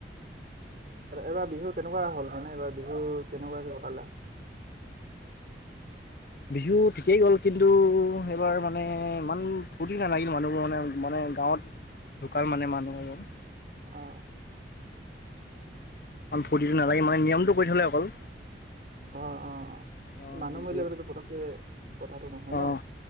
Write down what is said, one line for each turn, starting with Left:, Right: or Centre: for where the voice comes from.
Right: এইবাৰ বিহু কেনেকুৱা হ'ল, মানে এইবাৰ বিহু কেনেকুৱাকে কটালা?
Left: বিহু ঠিকেই গ'ল, কিন্তু এইবাৰ মানে ইমান ফূৰ্তি নালাগিল, মানুহবোৰ মানে মানে গাঁৱত ঢুকাল মানে মানুহ এজন।
Right: অ
Left: ফুৰ্তিটো নালাগিল মানে নিয়মটো কৰি থ'লে অকল।
Right: অঁ অঁ অঁ।
Left: অঁ
Right: মানুহ
Left: বিহু
Right: মৰিলে বোলাটো পতককে কথাটো নহয় ন
Left: অঁ